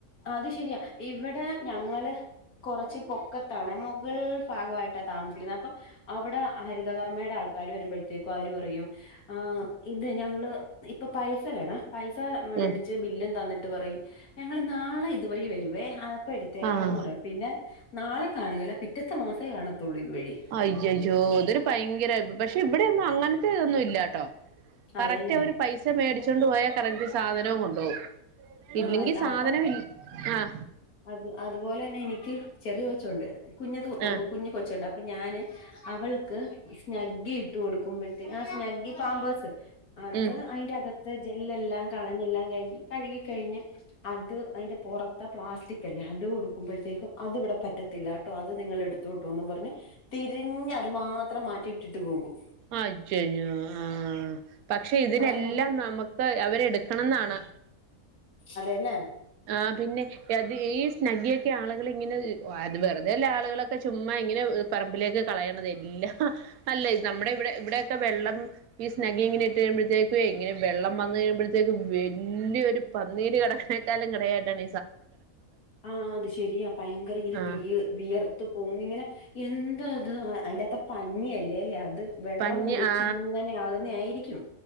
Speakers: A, on the left; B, on the right.
A: അത് ശെരിയാ ഇവിടെ ഞങ്ങള് കുറച്ച് പൊക്കത്താണ് മുകൾ ഭാഗമായിട്ടാണ് താമസിക്കുന്ന് അപ്പൊ അവിടെ ഹരിതകർമ്മയുടെ ആൾക്കാര് വരുമ്പോഴത്തേക്കും അവര് പറയും ആ ഇത് ഞങ്ങൾ ഇപ്പൊ പൈസ വേണേ പൈസ മേടിച്ച്
B: ഉം
A: ബില്ലും തന്നിട്ട് പറയും ഞങ്ങൾ നാളെ ഇതുവഴി വരുവേ അപ്പ എടുക്കാം ത്തേക്കാന്ന്
B: ആഹ്
A: പറ പിന്നെ നാളെ കാണുകല്ല പിറ്റത്തെ മാസമേ കാണത്തുള്ളൂ ഇതുവഴി
B: അയ്യയ്യോ ഇതൊരു ഭയങ്കര പക്ഷെ ഇവിടെയൊന്നും അങ്ങനത്തെ ഇതൊന്നും ഇല്ലാട്ടോ കറക്റ്റ്
A: അതെല്ലേ
B: അവര് പൈസ മേടിച്ചൊണ്ട് പോയാൽ കറക്റ്റ് സാധനോം കൊണ്ട് പോകും
A: ആ
B: ഇല്ലെങ്കിൽ
A: ഇത്
B: സാധനം
A: അപ്പൊ
B: ൽ ആഹ
A: അത് അതുപോലെ തന്നെ എനിക്ക് ചെറിയ കൊച്ചുണ്ട് കുഞ്ഞത്
B: ആഹ്
A: കുഞ്ഞു കൊച്ചുണ്ട് അപ്പൊ ഞാൻ അവൾക്ക് സ്നഗ്ഗി ഇട്ട് കൊടുക്കുമ്പോഴത്തേ ആ സ്നഗ്ഗി പാമ്പേഴ്സ് അത്
B: ഉം
A: അയിന്റെകത്ത് ജെല്ലെല്ലാം കളഞ്ഞെല്ലാം കഴിഞ്ഞ് കഴുക കഴിഞ്ഞ് അത് അയിന്റെ പുറത്തെ പ്ലാസ്റ്റി അത് കൊടുക്കുമ്പോഴത്തേക്കുംഅത് ഇവിടെ പറ്റ ത്തില്ല കേട്ടോ അത് നിങ്ങൾ എടുത്തുട്ടോന്ന് പറഞ്ഞ് തിരിഞ്ഞ് അത് മാത്രം മാറ്റിയിട്ടിട്ട് പോകും
B: അയ്യയ്യോ ആഹ പക്ഷെ ഇതിനെല്ലാം
A: അതൊന്നും
B: നമുക്ക് അവരെ എടുക്കണന്നാണ്
A: അതേലെ
B: ആ പിന്നെ അത് ഈ സ്നഗ്ഗിയൊക്കെ ആളുകൾ ഇങ്ങനെ അത് വെറുതെല്ലെ ആളുകളൊക്കെ ചുമ്മാ ഇങ്ങനെ പറമ്പിലേക്ക് കളയണത് അല്ല നമ്മുടെ ഇവിടെ ഇവിടൊക്കെ വെള്ളം ഈ സ്നഗി ഇങ്ങനെ ഇട്ട് കഴിയുമ്പോഴത്തേക്കും ഇങ്ങനെ വെള്ളം വന്നു കഴിയുമ്പോഴത്തേക്ക് വലിയ ഒരു പന്നീര് കിടക്കണ തലങ്കണ എഡണ
A: ആഹ് അത് ശരിയാ ഭയങ്കരങ്ങര
B: ആ
A: വീർ വിയർത്തു പോങ്ങ ഇങ്ങനെ എന്താ അത് അതിന്റെറ അകത്ത് പഞ്ഞിയ അല്ലേ അല്ലേ അത് വെള്ളം
B: പഞ്ഞി
A: കുടിച്ച്
B: ആ
A: ഇങ്ങനെ ആകുന്നാ ആയിരിക്കും